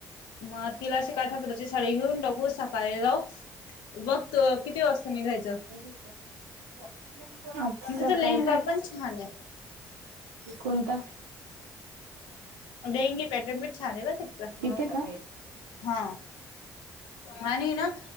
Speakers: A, on the left; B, on the right.
A: मग तिला अशी काठा पदराची साडी घेऊन टाकू सकाळी जाऊ बघ तू किती वाजता निघायचं?
B: <unintelligible> <unintelligible> सकाळी
A: तिचा लेहंगा
B: काय
A: पण छान आहे
B: कोणता?
A: डेंगी पॅटर्न पण छान बरं का?
B: तिथे का?
A: हा मानी न